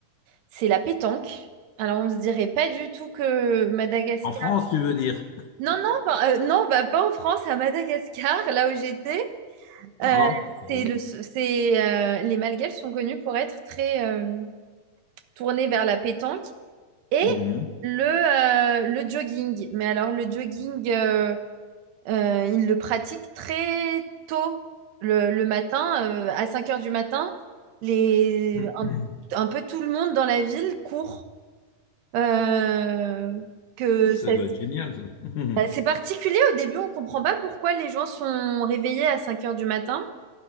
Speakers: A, on the right; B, on the left.
A: c'est la pétanque. Alors on se dirait pas du tout que Madagascar.
B: en France, tu veux dire?
A: Non, non, pas- euh, non, bah, pas en France, à Madagascar, là où j'étais.
B: Ah,
A: Euh,
B: bon.
A: c'est le, c'est, euh, les Malgaches sont connus pour être très euh, tournés vers la pétanque et
B: Mhm.
A: le, euh, le jogging. Mais alors le jogging. euh, Euh, ils le pratiquent très tôt le, le matin, euh, à 5 heures du matin. Les,
B: <clears throat>
A: un, un peu tout le monde dans la ville court. Euh, que
B: Ça
A: ça-
B: doit être génial, ça. <laughs>
A: bah, c'est particulier au début, on comprend pas pourquoi les gens sont réveillés à 5 heures du matin